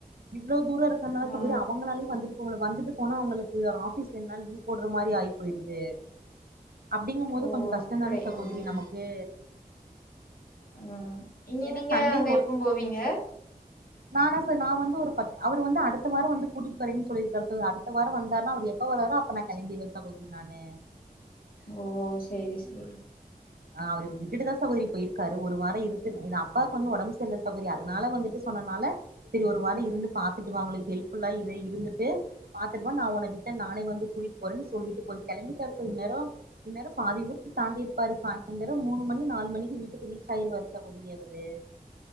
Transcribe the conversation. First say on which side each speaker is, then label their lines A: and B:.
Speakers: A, on the right (about 80°); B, on the left (about 70°).
A: இவளோ தூரம் இருக்கனால இப்ப
B: ஆ
A: <unintelligible> அவங்களாலையும் வந்துட்டு போக முடியல வந்துட்டு போனா அவங்களுக்கு ஆபீஸ் ரெண்டு நாள் லீவ் போடுற மாதிரி ஆய் போயிருது அப்படிங்கும் போது
B: ஓ
A: கொஞ்சம் கஷ்டம்
B: அப்படி
A: தானே சகோதரி
B: ஆ
A: நமக்கு
B: ஆ இனி
A: ஏன்னா
B: நீங்க
A: சண்டே
B: அங்க
A: ஒர்
B: எப்ப போவீங்க
A: <unintelligible> வந்து ஒரு பத் அவர் வந்து அடுத்த வாரம் வந்து கூட்டிட்டு வரன்னு சொல்லியிருக்கரு அதுக் அடுத்த வாரம் வந்தாருன்னா அவர் எப்ப வராரோ அப்ப நான் கிளம்பிடுவேன் சகோதரி நான்னு
B: ஓ சேரி சேரி
A: அ அவரு விட்டுட்டுதா சகோதரி போயிருக்காரு ஒரு வாரம் இருந்துட் என் அப்பாவுக்கு வந்து உடம்பு சரியில்லை சகோதரி அதனால வந்துட்டு சொன்னனால சரி ஒரு வாரம் இருந்து பாத்துட்டு <unintelligible> ஹெல்ப்ஃபுல்லா இருந்துட்டு பாத்துட்டு வா நா உனக்கு நானே வந்து கூட்டிட்டு போறேன்னு சொல்லிட்டு போய் கிளம்பிட்டாரு <unintelligible> இன் நேரம் இன்னேரம் பாதி ஊர் தாண்டிருப்பாரு சாயந்தேரம் மூணு மணி நாலு மணிக்கு வீட்டுக்கு ரீச் ஆயிருவாரு சகோதரி அவரு